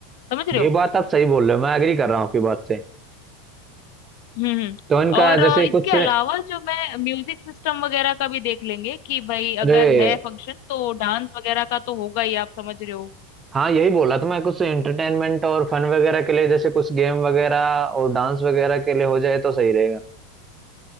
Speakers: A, on the left (about 60°); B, on the right (about 15°).
A: समझ रहे
B: ये
A: हो
B: बात आप सही बोल रहे हो मैं एग्री कर रहा हूँ आपकी बात से
A: हम्म हम्म
B: तो इनका
A: और
B: जैसे
A: अ,
B: कुछ
A: इसके अलावा जो मैं म्यूजिक सिस्टम वगैरह का भी देख लेंगे कि भाई
B: अरे
A: अगर है फंक्शन तो डांस वगैरह का तो होगा ही आप समझ रहे हो
B: हाँ यही बोला था मैं कुछ एंटरटेनमेंट और फन वगैरह के लिए जैसे कुछ गेम वगैरह और डांस वगैरह के लिए हो जाए तो सही रहेगा